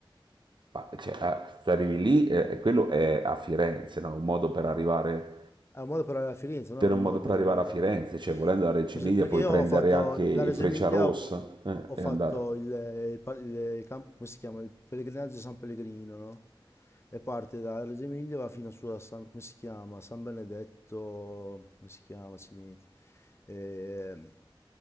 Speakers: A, on the right; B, on the left.
A: ma, cioè, ah, se arrivi lì, eh, e quello è a Firenze, no? Un modo per arrivare,
B: È un modo per arrivare a Firenze, non
A: per
B: è
A: un
B: un
A: modo
B: modo per
A: per arrivare
B: arrivare...
A: a Firenze, cioè volendo da Reggio
B: per
A: Emilia
B: esempio- Perché
A: puoi
B: io
A: prendere
B: ho fatto,
A: anche
B: da Reggio
A: Frecciarossa,
B: Emilia ho
A: eh,
B: ho
A: e
B: fatto
A: andare.
B: il, il par- il camp- come si chiama? Il pellegrinaggio di San Pellegrino, no? E parte da Reggio Emilia va fino su a San, come si chiama? San Benedetto, come si chiama? Accidenti. Eh,